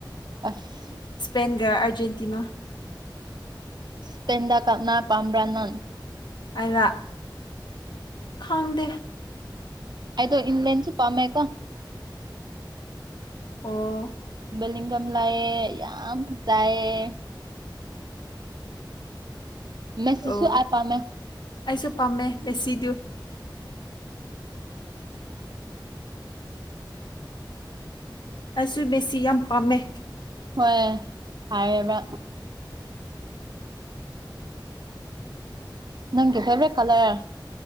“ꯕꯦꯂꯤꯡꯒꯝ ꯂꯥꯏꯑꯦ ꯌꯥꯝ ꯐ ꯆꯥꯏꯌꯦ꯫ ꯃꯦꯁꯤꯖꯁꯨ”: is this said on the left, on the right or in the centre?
Right